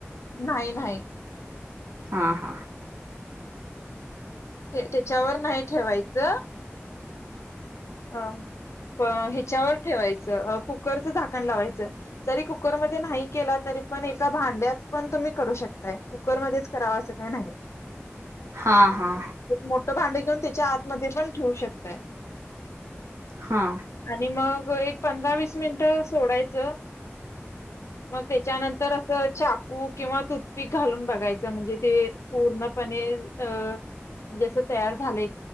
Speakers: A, on the left; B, on the right.
A: नाही नाही
B: हा हा
A: हे त्याच्यावर नाही ठेवायचं अ प ह्याच्यावर ठेवायचं कुकरचं झाकण लावायचं, जरी कुकरमध्ये नाही केला तरी पण एका भांड्यात पण तुम्ही करू शकताय कुकरमध्येच कराव असं काही नाही.
B: हा हा
A: एक मोठं भांड घेऊन त्याच्या आतमध्ये पण ठेवू शकताय
B: हा
A: आणि मग एक पंधरा वीस मिनिट सोडायचं, मग त्याच्यानंतर असं चाकू किंवा तुत्पीक घालून बघायचं म्हणजे ते पूर्णपणे अ म्हणजे अस तयार झाले,